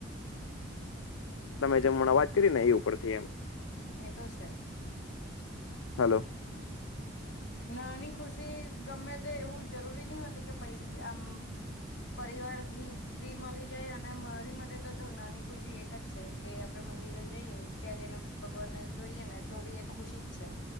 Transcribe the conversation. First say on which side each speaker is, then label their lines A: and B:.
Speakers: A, on the left; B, on the left.
A: તમે જેમ હમણાં વાત કયરી ને એ ઉપરથી એમ.
B: એ તો છે.
A: હલો.
B: નાની ખુશી ગમે તે એવું જરૂરી નય હોતી કે પૈસ આમ. પરિવારથી બી મલી જાય અને મારી માટે તો જો નાની ખુશી એક જ છે કે આપે મંદિરે જ જઈએ ત્યાં જઈને ભગવાનને જોઈએ ને તો બી એ ખુશી જ છે